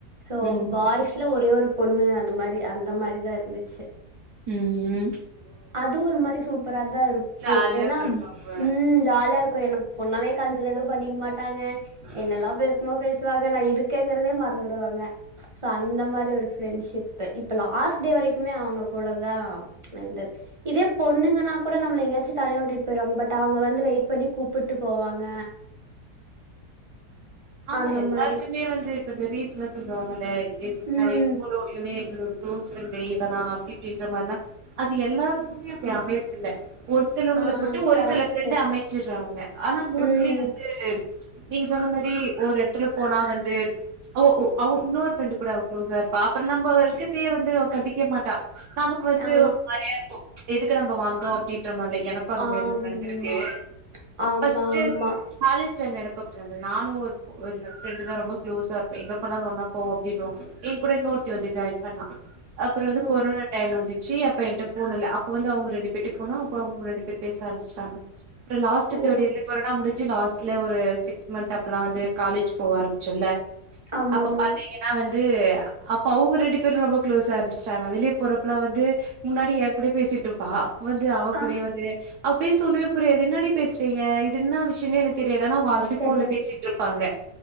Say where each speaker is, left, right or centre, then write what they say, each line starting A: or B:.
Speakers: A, on the right; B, on the right.
A: சோ
B: ம்,
A: பாய்ஸ்ல ஒரே ஒரு பொண்ணு அந்த மாறி அந்த மாறிதா இருந்துச்சு
B: உம்
A: அதுவு ஒரு மாறி சூப்பரா தா இருக்கும்
B: ஜாலியா
A: ஏன்னா
B: இருந்திருக்கும் அப்ப.
A: உம் ஜாலியா இருக்கும் என்ன பொண்ணாவே கான்சிட அளவு பண்ணிக்க மாட்டாங்க
B: ம்.
A: என்னல்லா பேசு சும்மா பேசுவாங்க நா இருக்கேங்கிறதே மறந்துருவாங்க சோ இந்த மாறி ஒரு ஃப்ரெண்ட்ஷிப்பு இப்ப லாஸ்ட்டே வரைக்குமே அவுங்க கூடதா இருந்தது இதே பொண்ணுங்கன்னா கூட நம்மல எங்காச்சு தனியா விட்டு போயிருவாங் பட் அவுங்க வந்து வெயிட் இப்ப பண்ணி கூப்பிட்டு போவாங்க
B: ஆமா
A: அந்த
B: எல்லாருக்குமே
A: மாரி
B: வந்து இப்ப இந்த ரீல்ஸல சொல்லுவாங்கல்ல
A: ம்
B: நிறைய ஓடும் இனிமே என்னோட க்ளோஸ்ஃப்ரெண்டே இவதா அப்டி இப்டின்ற மாரிலா அது எல்லாருக்குமே அப்டி அமையற்தில்ல ஒரு சிலவங்களுக்கு
A: ஆ
B: மட்டு ஒரு
A: கரெக்ட்டு
B: சில ஃப்ரெண்டு அமைச்சுறாங்க ஆனா மோஸ்ட்லி
A: ம்
B: து நீங்க சொன்ன மாறி ஒரு எடத்துல போனா வந்து ஓ ஓ அவ இன்னொரு ஃப்ரெண்டு கூட அவ குளோஸா இருப்பா அப்ப நம்ம இருக்கத்தே வந்து அவ கண்டுக்கவே மாட்ட டா நமக்கு வந்து
A: ஆ
B: ஒரு மாறியா இருக்கும் எதுக்கு நம்ப வந்தோ அப்டின்ற மாறி எனக்கு எப்ப அந்த
A: ஆமா
B: மாறில்லா நடந்துருக்கு
A: ஆமா
B: ஃபர்ஸ்ட்டு
A: ஆமா
B: காலேஜ் டைம்ல எனக்கு அப்டிதா இர்ந்தது நானு ஒரு என்னோட ஃப்ரெண்டு்ங்க ரொம்ப க்ளோஸா இருப்போ எங்க போனாலு ஒன்னா போவோம் அப்படின்னுவோம் என் கூட இன்னொருத்தி வந்து ஜாயின் பண்ணா அப்றோ வந்து
A: ஓ
B: கொரோனா டைம் வந்துச்சு அப்ப என்ட ஃபோன் இல்ல அப்ப வந்து அவுங்க ரெண்டு பேட்டு போனோ அப்ப அவங்க ரெண்டு பேரும் பேச ஆரம்பிச்சுட்டாங்க அப்புறோ லாஸ்ட்
A: ஓ
B: தேர்ட் இயர்ல கொரானா முடிச்சு லாஸ்ட்ல ஒரு சீக்ஸ் மந்த் அப்பல்லா வந்து காலேஜ் போவ ஆரம்பிச்சுல
A: ஆமா
B: அப்ப
A: ஆமா
B: பாத்தீங்கன் ஆனா வந்து அப்ப அவுங்க ரெண்டு பேரு ரொம்ப க்ளோஸ் ஆரம்ஷ்ட்டாங்க வெளிய போறப்புலா வந்து முன்னாடி யார் கூடயோ பேசிட்டு இருப்பா இப்ப வந்து அவ கூடயே
A: ஆ
B: வந்து அவ பேச ஒண்ணுமே புரியாது இன்னாடி பேஸ்றீங்க இது இன்னா விஷ்யன்னே எனக் தெரியாது ஆனா அவுங்க ஆல்ரெடி
A: தெரியாது
B: ஃபோன்ல பேசிட்ருப் பாங்க